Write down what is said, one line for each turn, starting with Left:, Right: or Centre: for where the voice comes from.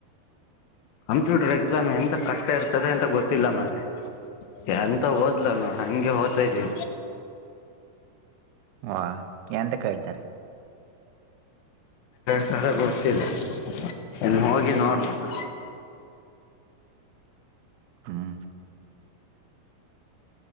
Left: ಕಂಪ್ಯೂಟರ್ ಎಕ್ಸಾಮ್ ಎಂತ ಕಷ್ಟ ಇರ್ತದೆ ಎಂತ ಗೊತ್ತಿಲ್ಲ ಮ್ರ ಎಂತ ಓದ್ಲ ನೋಡ ಹಂಗೆ ಹೋಗದ್ತಾ ಇದ್ದೀ
Right: ವಾ ಎಂತ ಕೇಳ್ತಾರೆ
Left: ಸರ ಗೊತ್ತಿಲ್ಲ ಇನ್ ಹೋಗಿ ನೋಡ್ಬದು
Right: ಹ್ಮ್